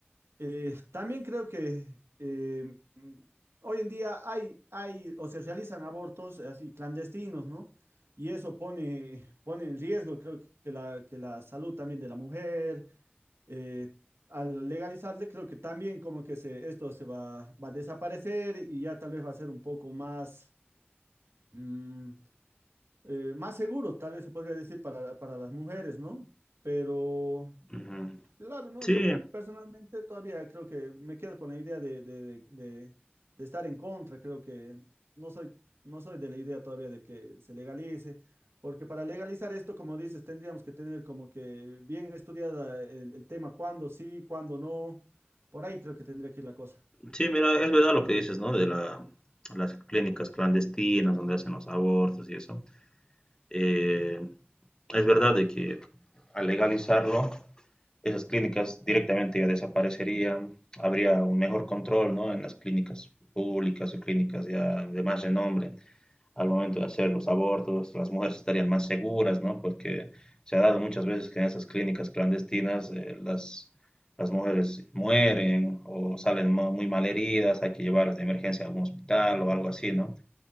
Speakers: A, on the right (about 75°); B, on the left (about 20°).
A: Eh, también creo que eh, mm, hoy en día hay, hay o se realizan abortos eh, así clandestinos, ¿no? Y eso pone, pone en riesgo, creo que la, que la salud también de la mujer. eh, al legalizarle, creo que también como que se, esto se va, va a desaparecer y ya tal vez va a ser un poco más, mm, eh, más seguro, tal vez se podría decir para, para las mujeres, ¿no? Pero...
B: Ujú.
A: Claro, no,
B: Sí,
A: yo personalmente todavía creo que me quedo con la idea de, de- de- de- de estar en contra, creo que no soy, no soy de la idea todavía de que se legalice, porque para legalizar esto, como dices, tendríamos que tener como que bien estudiada el, el tema, cuándo sí, cuándo no, por ahí creo que tendría que ir la cosa.
B: sí, mira, es verdad lo que dices, ¿no? De la, las clínicas clandestinas donde hacen los abortos y eso. Eh, es verdad de que al legalizarlo esas clínicas directamente ya desaparecerían, habría un mejor control, ¿no? En las clínicas públicas o clínicas ya de más renombre al momento de hacer los abortos, las mujeres estarían más seguras, ¿no? Porque se ha dado muchas veces que en esas clínicas clandestinas eh, las, las mujeres mueren o salen mo- muy mal heridas, hay que llevarlas de emergencia a algún hospital o algo así, ¿no?